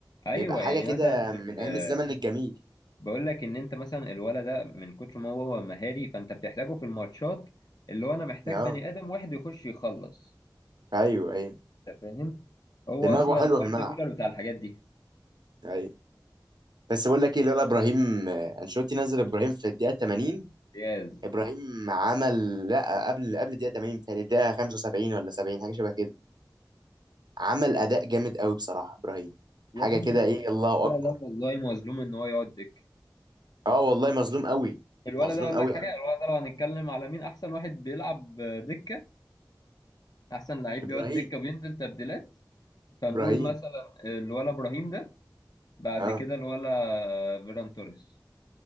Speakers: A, on the left; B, on the right.
A: ايوه
B: بيبقى حاجه
A: يعني
B: كده
A: مثلا في
B: من
A: ال-
B: ايام الزمن الجميل
A: بقول لك ان انت مثلا الولا ده من كتر ما هو مهاري فانت بتحتاجه في الماتشات اللي هو انا محتاج
B: اه
A: بني ادم واحد يخش يخلص
B: ايوه ايوه
A: انت فاهم هو
B: دماغه
A: اصلا
B: حلوه في
A: اردا
B: الملعب
A: جولر بتاع الحاجات دي
B: ايوه بس بقول لك ايه الولد ابراهيم آه، انشيلوتي نزل ابراهيم في الدقيقه 80
A: جاز
B: ابراهيم عمل لا قبل قبل الدقيقه 80 بتهيألي الدقيقه 75 ولا 70 حاجه شبه كده عمل اداء جامد قوي بصراحه ابراهيم
A: يا
B: حاجه
A: ابني
B: كده
A: الولا
B: ايه الله
A: الولا
B: اكبر
A: ده والله مظلوم ان هو يقعد دكة
B: اه والله مظلوم قوي
A: الولد
B: مظلوم
A: ده اقول
B: قوي
A: لك حاجه
B: قوي
A: الولد ده لو هنتكلم على مين احسن واحد بيلعب دكه احسن لعيب
B: ابراهيم
A: بيقعد دكه وبينزل تبديلات فنقول
B: ابراهيم
A: مثلا الولا ابراهيم ده بعد
B: اه
A: كده الولا فيران توريس